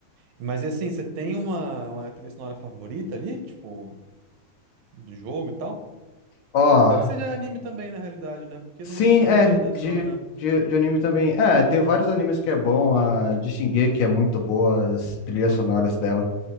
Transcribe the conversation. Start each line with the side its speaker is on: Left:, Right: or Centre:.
Right: Mas e assim, você tem uma, uma trilha sonora favorita ali? Tipo. de jogo e tal.
Left: Ó,
Right: Ou pode ser de anime também, na realidade, né? Porque
Left: sim,
Right: não se
Left: é,
Right: limita só,
Left: de,
Right: né?
Left: de, de anime também. É, tem vários animes que é bom, a de Shingeki é muito boa, as trilhas sonoras dela.